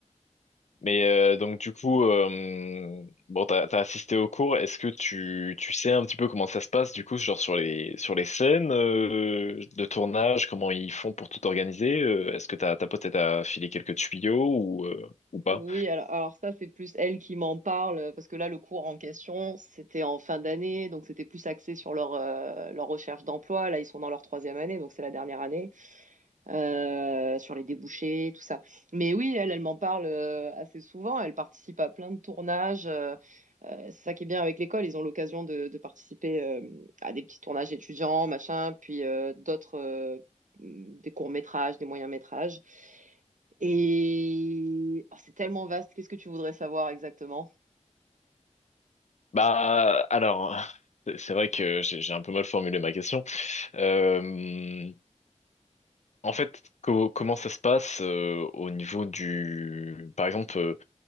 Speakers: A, on the left; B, on the right.
A: Mais euh, donc du coup, euh, bon, t'as, t'as assisté au cours. Est-ce que tu, tu sais un petit peu comment ça se passe du coup, genre sur les sur les scènes euh, de tournage, comment ils font pour tout organiser? euh, est-ce que ta ta pote elle t'a filé quelques tuyaux ou euh, ou pas?
B: Oui, alors, alors ça, c'est plus elle qui m'en parle, parce que là, le cours en question, c'était en fin d'année, donc c'était plus axé sur leur, euh, leur recherche d'emploi. Là, ils sont dans leur troisième année, donc c'est la dernière année. euh, sur les débouchés, tout ça. Mais oui, elle, elle m'en parle euh, assez souvent. Elle participe à plein de tournages. euh, euh, c'est ça qui est bien avec l'école. Ils ont l'occasion de, de participer euh, à des petits tournages étudiants, machin, puis euh, d'autres, euh, des courts-métrages, des moyens-métrages. Et oh, c'est tellement vaste. Qu'est-ce que tu voudrais savoir exactement?
A: Bah alors, c'est c'est vrai que j'ai j'ai un peu mal formulé ma question. Euh, en fait, co- comment ça se passe euh, au niveau du, par exemple. euh,